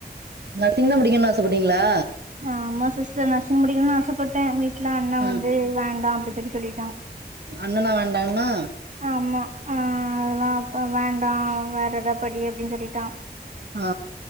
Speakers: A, on the right; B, on the right.
A: நர்சிங்தா படிக்கனுனு ஆசப்பட்டீங்ளா
B: ஆமா சிஸ்டர் நர்சிங் படிக்கணுனு ஆசப்பட்டே வீட்ல அண்ணா
A: ஆ
B: வந்து வேண்டா அ அப்டி சொல்லிட்டா
A: அண்ணனா வேண்டாகண்ணா
B: ஆமா ஆ அதெல்லா இப்ப வேண்டா வேற ஏதா படி அப்டின்னு சொல்லிட்டா
A: ஆ